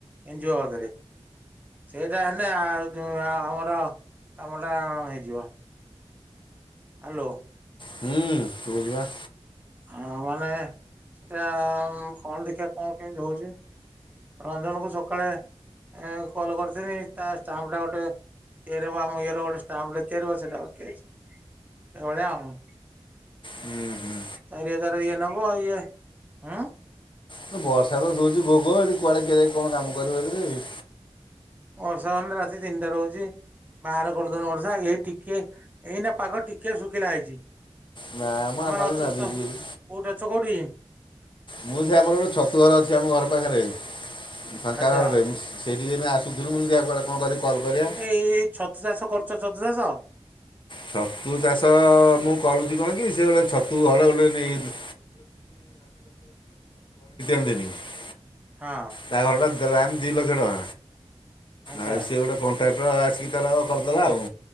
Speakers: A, on the right (about 15°); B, on the left (about 50°).
A: ଏନ୍ଜିଓଦରେ। ସେଇଟା ହେନେ ଆଉ ଯୋଉ ଆ ଆମର ଆମଟା ହେଇଯିବ। ହ୍ୟାଲୋ।
B: ହୁଁ। ଶୁବୁଚିପା।
A: ହଁ ମାନେ ସେଟା କଣ ଦେଖିଆ କଣ କେମିତି ହୋଉଚି। ରଞ୍ଜନ କୁ ସକାଳେ ଏ କଲ କରିଥିଲି ତା ଷ୍ଟାମ୍ପ ଟା ଗୋଟେ ଇଏ ରେ ଆମ ଇଏରେ ଗୋଟେ ଷ୍ଟାମ୍ପ ଟେ ତିଆରି ହବ ସେଇଟା ବାକି ଅଛି ଏଇ ଭଳିଆ ଆଉ।
B: ହୁଁ ହୁଁ।
A: ଚାରି ହଜାରେ ଇଏ ନବ ଇଏ ଉଁ।
B: ଏ ବର୍ଷା ତ ଯୋଉଚି ଗୋ ଗୋ ଏଠି କୁଆଡ଼େ କିଏ ଯାଇକି କଣ କାମ କରିବ ଏଇ ଥିରେ।
A: ବର୍ଷା ମାନେ ରାତି ତିନିଟାରୁ ହୋଉଚି ବାହାର କରିଦେଉନ ବର୍ଷା ଏଇ ଟିକେ ଏଇନା ପାଗ ଟିକିଏ ଶୁକିଲା ହେଇଚି ତମେ
B: ନା ମ ଆମର
A: ନଥିଲ
B: ନାଦୁଛି
A: ତ କୋଉଠି
B: ବୋଲି
A: ଅଛ କୋଉଠି?
B: ମୁଁ ସେ ଆମର ଗୋଟେ ଛତୁ ଘର ଅଛି ଆମ ଘର ପାଖରେ। ଫାଙ୍କା
A: ଆଚ୍ଛା
B: ଘରଟେ ମୁଁ ସେଇଠି ଜେନେ ଆସୁଥିଲୁ ମୁଁ କହିଲି ଦେଖିଆ କୁଆଡେ କଣ କରି କଲ୍ କରିଆ।
A: ଏଇ ଛତୁ ଚାଷ କରୁଚ ଛତୁ ଚାଷ?
B: ଛତୁ ଚାଷ ମୁଁ କରୁଚି କଣ କି ସେ ଗୋଟେ ଛତୁ ଘର ଗୋଟେ ନେଇଗଲି। <unintelligible>
A: ହଁ।
B: ତା ଘରଟା ଗ୍ରାମ୍ ଦି ଲକ୍ଷ ଟଙ୍କା।
A: ଆଚ୍ଛା
B: ଆଉ ସିଏ ଗୋଟେ କଣ୍ଟ୍ରାକ୍ଟର ଆସିକି ତାର କରିଦେଲା ଆଉ।